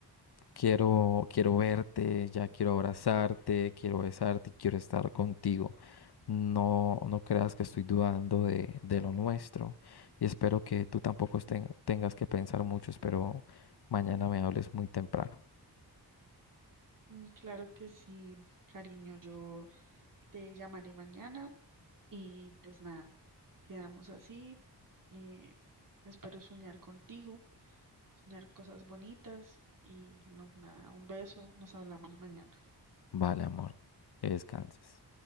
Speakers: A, on the left; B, on the right.
A: quiero, quiero verte, ya quiero abrazarte, quiero besarte y quiero estar contigo. No, no creas que estoy dudando de, de lo nuestro y espero que tú tampoco ten- tengas que pensar mucho. Espero mañana me hables muy temprano.
B: Mm, Claro que sí, cariño, yo te llamaré mañana y pues nada, quedamos así. eh, espero soñar contigo, soñar cosas bonitas y no, nada, un beso, nos hablamos mañana.
A: Vale, amor, que descanses.